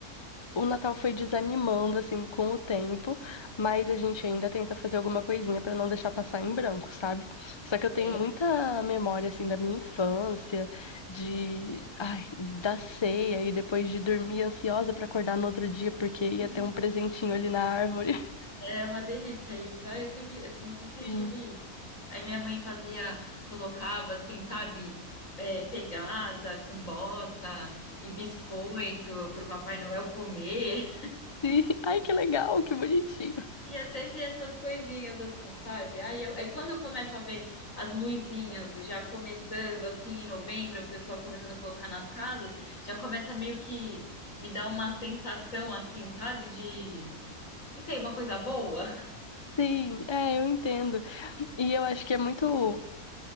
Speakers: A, on the left; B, on the left.
A: o Natal foi desanimando assim com o tempo, mas a gente ainda tenta fazer alguma coisinha pra não deixar passar em branco, sabe? Só que eu tenho
B: Sei.
A: muita memória assim da minha infância, de ai, da ceia e depois de dormir ansiosa pra acordar no outro dia porque ia
B: Hum.
A: ter um presentinho ali na árvore.
B: É uma delícia isso. Ah, eu sempre, eu também sempre
A: <laughs> Sim.
B: tive isso. Aí minha mãe fazia, colocava assim, sabe, é, pegada com bota e biscoito pro Papai Noel comer.
A: Sim. Ai, que legal, que bonitinho.
B: E é sempre essas coisinhas assim, sabe? Aí eu, é quando eu começo a ver as luzinhas já começando assim em novembro, o pessoal começando a colocar nas casas, já começa meio que me dar uma sensação assim, sabe? De, não sei, uma coisa boa.
A: Sim, é, eu entendo. E eu acho que é muito,